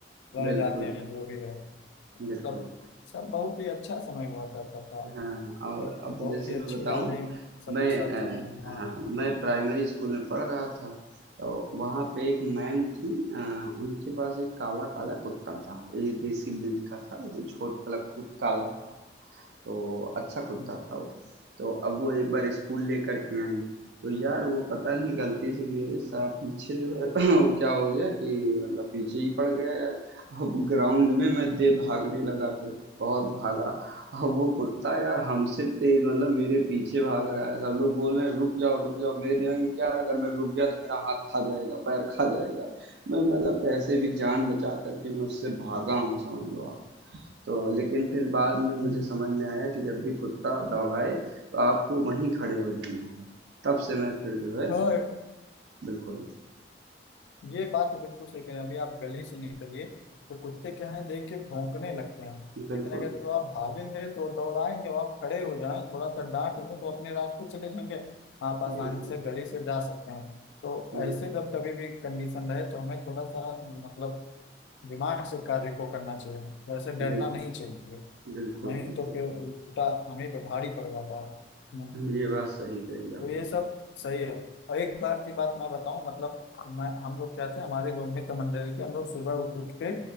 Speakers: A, on the left; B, on the right.
A: लड़
B: बिल्कुल
A: जाते हैं जो भी रहे
B: बिल्कुल,
A: मतलब सब बहुत ही अच्छा समय हुआ करता था
B: हाँ और
A: एक
B: अब
A: बहुत
B: जैसे
A: ही
B: मैं
A: अच्छी
B: बताऊँ
A: यादें सबके
B: मैं
A: साथ
B: अ,
A: जुड़ी हैं हाँ
B: हाँ, मैं प्राइमरी स्कूल में पढ़ रहा था, तो वहाँ पे एक मैम थी अ, उनके पास एक काला-काला कुत्ता था, ये देसी ब्रीड का था लेकिन छोट वाला कुत काला था। तो अच्छा कुत्ता
A: हम्म,
B: था वो तो अब वो एक बार स्कूल लेकर के आई तो यार वो पता नहीं गलती से मेरे साथ पीछे जो है <clears throat> <laughs> वो क्या हो गया कि मतलब पीछे ही पड़ गया यार अब ग्राउंड में मैं दे भागने लगा फिर बहुत भागा अब वो कुत्ता यार हमसे तेज मतलब मेरे पीछे भाग रहा है सब लोग बोल रहे हैं रुक जाओ रुक जाओ मेरे दिमाग में क्या रहा अगर मैं रुक गया तो मेरा हाथ खा जाएगा पैर खा जाएगा मैं मतलब कैसे भी जान बचा करके मैं उससे भागा हूँ समझ लो आप तो लेकिन फिर बाद में मुझे
A: हम्म।
B: समझ में आया कि जब भी कुत्ता दौड़ाए तो आपको वहीं खड़े हो जाना है तब से मैं फिर जो है
A: और
B: बिल्कुल
A: ये बात तो बिल्कुल सही कहें अभी आप गली से निकलिए तो कुत्ते क्या है देख के भौंकने लगते हैं
B: बिल्कुल
A: लेकिन अगर जो आप भागेंगे तो दौड़ाएंगे और आप खड़े हो जाएं थोड़ा सा डांट दें तो अपने रास्ते चले जाएंगे आप आसानी
B: बिल्कुल
A: से गली से जा सकते हैं तो
B: बिल्कुल
A: ऐसे जब कभी भी कंडीशन रहे तो हमें थोड़ा सा मतलब दिमाग से कार्य को करना चाहिए वैसे डरना
B: बिल्कुल
A: नहीं चाहिए
B: बिल्कुल
A: नहीं
B: बिल्कुल
A: तो फिर उल्टा हमें पे भारी पड़ जाता है हम्म,
B: ये बात सही कही आपने
A: तो ये सब सही है और एक बार की बात मैं बताऊं मतलब मैं हम लोग क्या थे हमारे लोग मित्र मंडली के हम लोग सुबह उठ उठ के